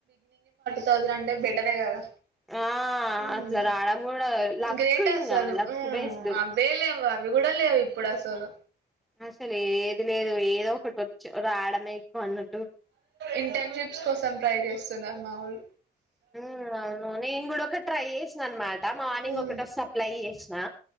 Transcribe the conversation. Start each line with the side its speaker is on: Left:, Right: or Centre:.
Right: థౌజనంటే బెటరే కదా
Centre: ఆ
Right: హ్మ్
Centre: అట్లా రాడం గూడ లక్
Right: గ్రేట్
Centre: ఇంగ
Right: అసలు
Centre: లక్
Right: ఉమ్
Centre: బేస్డ్
Right: అవే లేవు అవి కూడా లేవు ఇప్పుడు అసలు
Centre: అసలు ఏది లేదు ఏదో ఒకటి వచ్చు రాద్ అడమేక్ కో అన్నం
Right: ఇంటర్న్షిప్స్ కోసం ట్రై చేస్తున్నా మావుల్
Centre: హు అవును నేను కూడా ఒక ట్రై చేసినా అన్మాట మార్నింగ్
Right: ఉమ్
Centre: ఒకటొస్తే అప్లై చేసినా